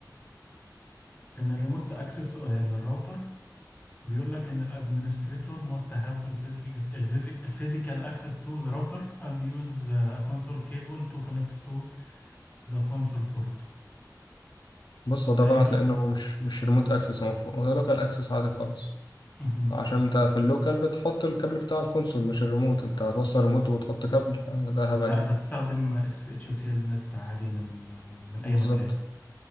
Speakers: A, on the left; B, on the left.
A: ان الريموت اكسس للراوتر بيقول لك ان الادمنستريتور must have the physical ال physi- physical access to the router and use uh, a console cable to connect to the console port
B: بص
A: هو
B: هو
A: تقريبا
B: ده غلط لانه هو مش مش ريموت اكسس هو ده لوكال اكسس عادي خالص
A: <coughs>
B: عشان انت في اللوكال بتحط الكابل بتاع الكونسول مش الريموت انت هتوصل ريموت وتحط كابل ده هبل
A: لا
B: يعني
A: انت بتستخدم اس اتش وتيل نت عادي من من اي
B: بالظبط
A: مكان